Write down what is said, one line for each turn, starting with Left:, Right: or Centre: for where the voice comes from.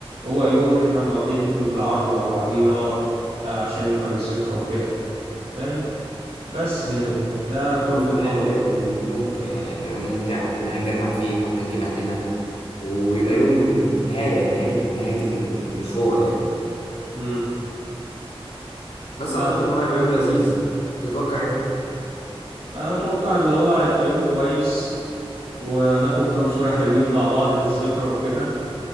Right: هو يوم إحنا هنقضيه بالطول بالعرض مع بعضينا آه، عشان يبقى للذكرى وكده فاهم بس
Left: مم،
Right: يعني
Left: هو
Right: ده كل
Left: هو فعلا
Right: الأمر
Left: هيبقى يوم ممتع يعني هيبقى يوم ممتع وكلنا نتجمع فيه وحتى نجيب اهلنا ويبقى
Right: مم.
Left: يوم نهاية نهاية نهاية المشوار يعني
Right: مم.
Left: بس
Right: لا
Left: أعتقد إن هو هيبقى يوم لذيذ تتوقع إيه؟
Right: اتوقع اللي هو هيبقى يوم كويس وناخد كام صورة حلوين مع بعض للذكرى وكده